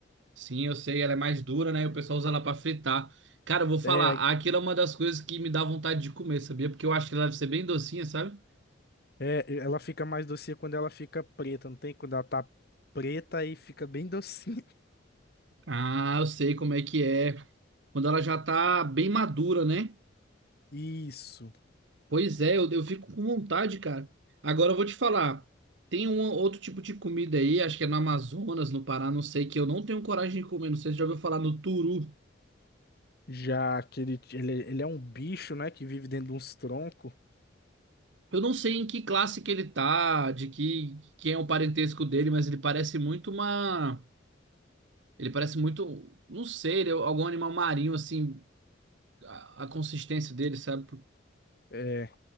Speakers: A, on the right (about 70°); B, on the left (about 50°).
A: Sim, eu sei, ela é mais dura, né, e o pessoal usa ela pra fritar. Cara, eu vou falar,
B: É,
A: aquilo é uma das coisas que me dá vontade de comer, sabia? Porque eu acho que ela deve ser bem docinha, sabe?
B: é, ela fica mais docinha quando ela fica preta, não tem? Quando ela tá preta aí fica bem docinha.
A: Ah, eu sei como é que é. Quando ela já tá bem madura, né?
B: <laughs> Isso.
A: Pois é, eu, eu fico com vontade, cara. Agora eu vou te falar, tem um outro tipo de comida aí, acho que é no Amazonas, no Pará, não sei, que eu não tenho coragem de comer, não sei se você já ouviu falar no turu.
B: Já que ele, ele, ele é um bicho, né, que vive dentro de uns troncos.
A: Eu não sei em que classe que ele tá, de que quem é o parentesco dele, mas ele parece muito uma, ele parece muito, não sei, ele é algum animal marinho assim, a, a consistência dele, sabe?
B: É,